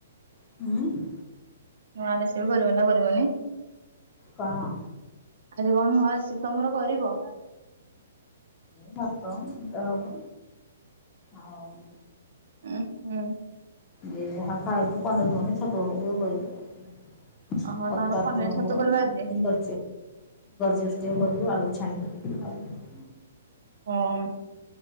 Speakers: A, on the left (about 15°); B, on the right (about 60°).
A: ଉଁମ
B: ନୂଆ <unintelligible> ବି କରିବ ନା କରିବନି?
A: କଣ
B: ଆଜି କଣ ନୂଆ ରିସିବି ତମର କରିବ?
A: ଭାତ <unintelligible> ହବ ଆଉ
B: ଓ ହଁ
A: ଯିଏ ଯାହା ଖାଇବ ପନିର ଫନିର ଛତୁ ପକେଇକି <unintelligible>
B: ଓହୋ
A: ପତ
B: ତମର
A: ଆତ
B: ପନିର
A: ହ
B: ଛତୁ କରିବା ଆଜି
A: ଫିଙ୍ଗର ଚିପ୍ସ ଟିକେ କରିବୁ ଆଳୁକୁ ଛାଣିଦେବୁ। <unintelligible>
B: ଓଁ ହଂ